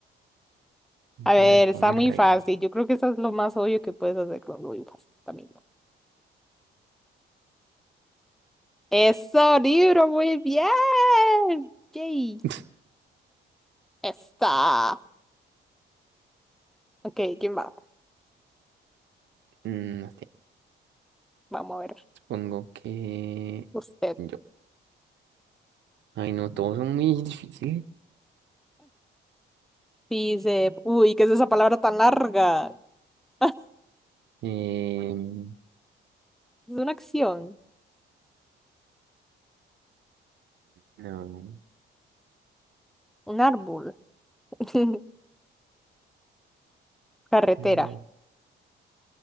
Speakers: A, in the centre; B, on the right.
A: A ver,
B: a ver, con
A: está
B: R.
A: muy fácil. Yo creo que eso es lo más obvio que puedes hacer con lo fácil también. ¿no? Eso, libro, muy bien. Yay,
B: <laughs>
A: está. Ok, ¿quién va?
B: Mm, No sé.
A: Vamos a ver.
B: Supongo que.
A: Usted
B: Yo. Ay, no, todos son muy difíciles.
A: dice, uy, ¿qué es esa palabra tan larga? <laughs>
B: Em,
A: Es una acción,
B: no,
A: un árbol, <laughs> carretera.
B: no,